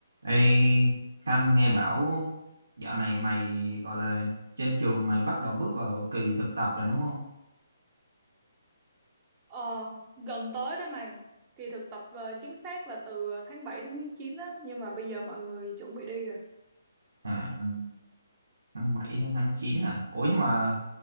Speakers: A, on the right; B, on the right.
A: Ê, Khanh nghe bảo dạo này mày gọi là trên trường mày bắt đầu bước vào kỳ thực tập rồi đúng không?
B: Ờ, gần tới đó mày. Kỳ thực tập ờ, chính xác là từ ờ, tháng 7 đến tháng 9 á, nhưng mà bây giờ mọi người chuẩn bị đi rồi.
A: À, ừ, tháng 7 đến tháng 9 à? Ủa nhưng mà